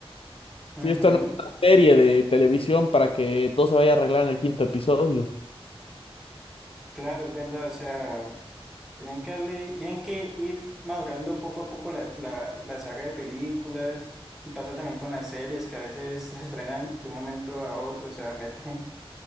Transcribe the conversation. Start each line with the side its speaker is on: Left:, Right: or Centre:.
Left: Sí,
Centre: Ujú.
Left: esto no es una serie de televisión para que todo se vaya a arreglar en el quinto episodio.
Centre: Claro, es verdad, o sea, tienen que darle- tienen que ir madurando poco a poco la, la, la saga de películas. Y pasa también con las series, que a veces <laughs> las frenan de un momento a otro, o sea, meten